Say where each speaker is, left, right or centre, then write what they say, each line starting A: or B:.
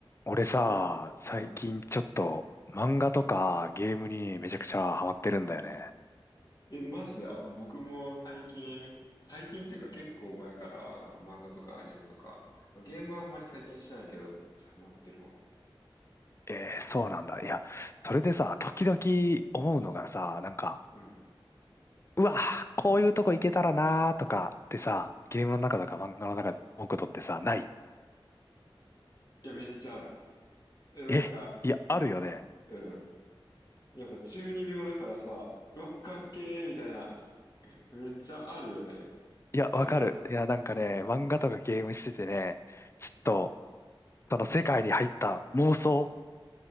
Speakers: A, on the left (about 30°); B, on the left (about 45°).
A: 俺さ、
B: うろ、
A: 最近ちょっと漫画とかゲームにめちゃくちゃハマってるんだよね。
B: うん。え、マジで、あの、僕も最近、最近っていうか結構前から、なんか漫画とかアニメとか、まあゲームはあんまり最近してないけど、めっちゃハマってるわ。
A: えー、そうなんだ。いや、それでさ、時々思うのがさ、なんか、
B: うん。い
A: うわ、こういうとこ行けたらなーとかってさ、ゲームの中とか漫画の中で思うことってさ、ない
B: や、めっちゃある。え、なんか、
A: え、いや、あるよね。
B: うん。やっぱ中二病だからさ、うわ、かっけーみたいな、めっちゃあるよね。
A: いや、
B: ある
A: わかる。いや、なんかね、漫画とかゲームしててね、ちょっと、その世界に入った妄想